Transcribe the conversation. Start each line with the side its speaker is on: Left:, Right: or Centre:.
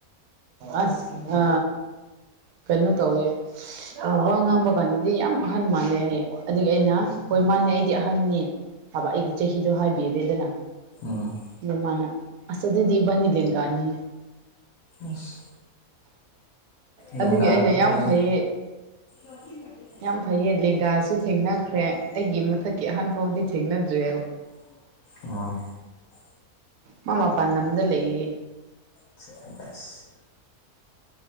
Right: ꯑꯁ ꯑ ꯀꯩꯅꯣ ꯇꯧꯋꯦ ꯋꯥ ꯉꯥꯡꯕ ꯀꯥꯟꯗꯗꯤ ꯌꯥꯝ ꯑꯍꯟ ꯃꯥꯜꯂꯦ ꯍꯌꯦ ꯑꯗꯨꯒꯤ ꯑꯩꯅ ꯍꯣꯏ ꯃꯥꯅꯦ ꯑꯩꯗꯤ ꯑꯍꯟꯅꯤ ꯍꯥꯏꯕ ꯑꯩꯒꯤ ꯆꯍꯤꯗꯣ ꯍꯥꯏꯕꯤꯔꯦꯗꯅ
Left: ꯎꯝ
Right: ꯌꯦ ꯃꯥꯅ ꯑꯁ ꯑꯗꯨꯗꯤ ꯏꯕꯅꯤ ꯂꯦꯡꯒꯥꯅꯤ
Left: ꯑꯁ
Right: ꯑꯗꯨꯒꯤ
Left: ꯂꯦꯡꯒꯥ
Right: ꯑꯩꯅ
Left: ꯉꯥꯛꯇ ꯉꯥꯏꯔꯦ
Right: ꯌꯥꯝ ꯐꯩꯌꯦ
Left: <unintelligible>
Right: ꯌꯥꯝ ꯐꯩꯌꯦ ꯂꯦꯡꯒꯥꯁꯨ ꯊꯦꯡꯅꯈ꯭ꯔꯦ ꯑꯩꯒꯤ ꯃꯊꯛꯀꯤ ꯑꯍꯟ ꯐꯥꯎꯗꯤ ꯊꯦꯡꯅꯗ꯭ꯔꯦꯑꯕ
Left: <inaudible>
Right: ꯃꯥ ꯃꯄꯥꯟ ꯂꯝꯗ ꯂꯩꯌꯦ
Left: ꯁꯕꯥꯖ